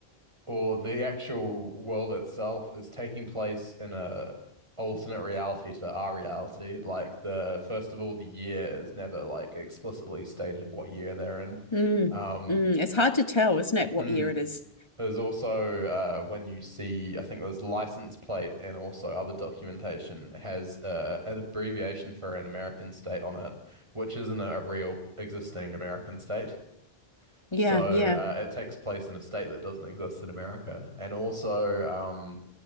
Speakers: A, on the right; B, on the left.
A: or the actual world itself is taking place in a alternate reality to our reality. Like the first of all, the year is never like explicitly stated what year they're in.
B: mm,
A: Um,
B: mm, it's hard to tell isn't it what
A: mm.
B: year it is
A: There's also uh, when you see, I think there's license plate and also other documentation has uh, an abbreviation for an American state on it, which isn't a real existing American state.
B: yeah
A: So
B: yeah
A: uh, it takes place in a state that doesn't exist in America. And also, um,